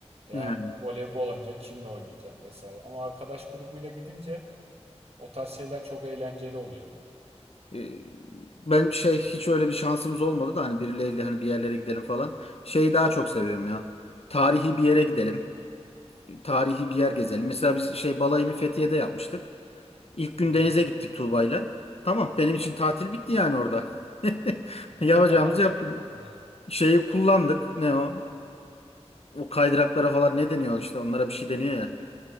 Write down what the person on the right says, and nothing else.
Ya
voleybol oynayınca kimle oynayacaksın vesaire. Ama arkadaş grubuyla gidince o tarz şeyler çok eğlenceli oluyor.
Hı hı.
<laughs>
Şuraya gidelim.